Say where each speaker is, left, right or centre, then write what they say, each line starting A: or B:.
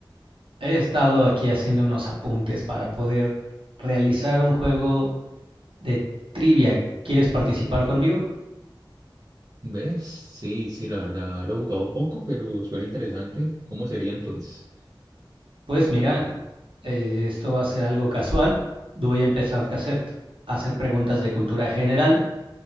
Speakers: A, on the right; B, on the right.
A: He estado aquí haciendo unos apuntes para poder realizar un juego de trivia. ¿Quieres participar conmigo?
B: ¿Ves? Sí, sí, la verdad lo he jugado poco, pero suena interesante. ¿Cómo sería entonces? <laughs>
A: Pues mira, eh, esto va a ser algo casual. Voy a empezarte a hacer, a hacer preguntas de cultura general